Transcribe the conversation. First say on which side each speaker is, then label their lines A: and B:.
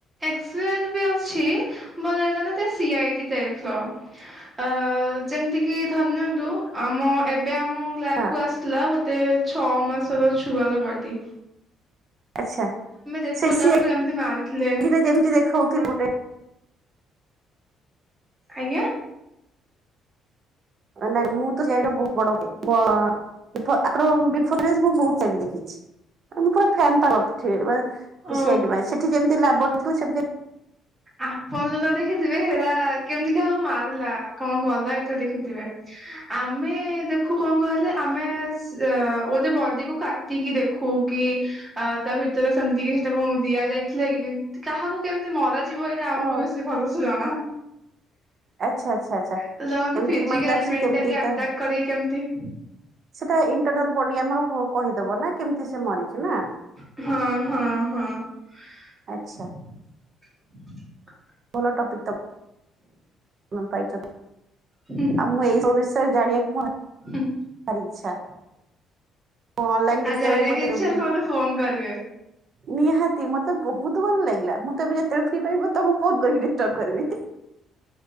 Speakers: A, on the right; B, on the right.
A: ଏକ୍ସପେଏନ୍ ବି ଅଛି ଭଲ ଲାଗିଲାନା ଟା ସିଆଇଡି ଟାଇପ୍ ର। ଅ ଯେମିତି କିି ଧରିନିଅନ୍ତୁ ଆମ ଏବେ ଆମ କ୍ଲାସକୁ
B: ହଁ
A: ଆସିଥିଲା ଗୋଟେ ଛଅ ମାସର ଛୁଆର ବାର୍ଡେ
B: ଆଚ୍ଛା
A: ଦେଖୁ
B: ସେ ସିଆଡି
A: ତାକୁ କେମିତି ମାରିଥିଲେ
B: ରେ ଯେମିତି ଦେଖଉଥିଲି ଗୋଟେ
A: ଆଜ୍ଞା।
B: ନାଇଁ ମୁଁତ ସିଆଡିର ବହୁତ ବଡ ଗୋଟେ ବ ଆଙ୍କର ବିଫର ଏଜ୍‌ ମୁଁ ବହୁତ୍ ସିଆଡି ଦେଖେ। ମୁଁ ପୁରା ଫ୍ୟାନ ପାଗଳପ୍ ଥିଏ ମାନେ
A: ଓ
B: ସିଆଡି ପାଇଁ ସେଠି ଯେମିତି ଲାର୍ବଟ ଥିଲା ସେମିତି
A: ଆପଣ ଯୋଉଟା ଦେଖିଥିବେ ହେରା କେମିତି କାହାକୁ ମାରିଲା କଣ ଗଲା ଏଇଟା ଦେଖିଥିବେ ଆମେ ଦେଖୁ କଣ କହିଲେ ଆପ୍ ଆମେ ସେ ଆ ଗୋଟେ ବଡିକୁ କାଟିକିି ଦେଖୁ କି ଆ ତାଭିତରେ ସେମିତି କିଛି ସେଟାକୁ ଦିଆଯାଇଥିଲାକି କେମତି କାହାକୁ କେମିତି ମରାଯାଏ। ଯିଏ କହିବ ଏଇଟା ଆମକୁ
B: ଓ
A: ବେଶୀ ଭଲସେ ଜଣା
B: ଆଚ୍ଛା ଆଚ୍ଛା ଆଚ୍ଛା।
A: ତ ଜଣଙ୍କୁ
B: ଏମିତି
A: ଫିଜିକାଲି
B: ମାନେ ତା ସେ
A: ମେଣ୍ଟାଲି
B: କେମିତି
A: ଆଟାକ୍
B: ତା
A: କରି କି କେମତି
B: ସେଟା ଇଣ୍ଟରନାଲ ବଡି ଆମର ବୋ କହିଦବନା କେମିତି ସେ ମରିଚିନା।
A: ହଁ-ହଁ-ହଁ।
B: ଆଚ୍ଛା। ଭଲ ଟପିକ୍ ତ। କଣ ପାଇଚ।
A: ହୁଁ।
B: ଆଉ ମୁଁ ଏଇ ସବୁ ବିଷୟରେ ଜାଣିବାକୁ ମୁଁ ଆ
A: ହୁଁ।
B: ତାରି ଇଚ୍ଛା। ମୁଁ ଅନଲାଇନ ଯେତେବେଳେ
A: ଆଉ ଜାଣିବାକୁ
B: ମତେ
A: ଇଚ୍ଛା
B: ରୋଗ
A: ହେଲେ ମତେ ଫୋନ କରିବେ।
B: ନିହାତି ମତେ ବହୁତ୍ ଭଲ ଲାଗିଲା ମୁଁ ତ ଏବେ ଯେତେ ବେଳେ ଫ୍ରି ପାଇବି ତମକୁ ଫୋନ କହିବି। ଡିଷ୍ଟ୍ରର୍ବ କରିବି